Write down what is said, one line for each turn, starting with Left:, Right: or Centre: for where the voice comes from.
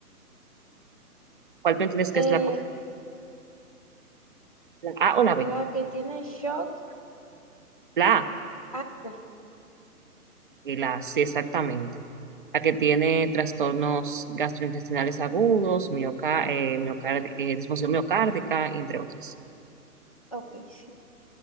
Right: ¿Cuál tú entiendes que
Left: Eh,
Right: es la correcta? ¿La A o la B?
Left: la que tiene shock.
Right: La A
Left: Ah, ok,
Right: y la A, sí, exactamente. La que tiene trastornos gastrointestinales agudos, mioca- eh, miocardi- eh, disfunción miocárdica, entre otros.
Left: ok, sí.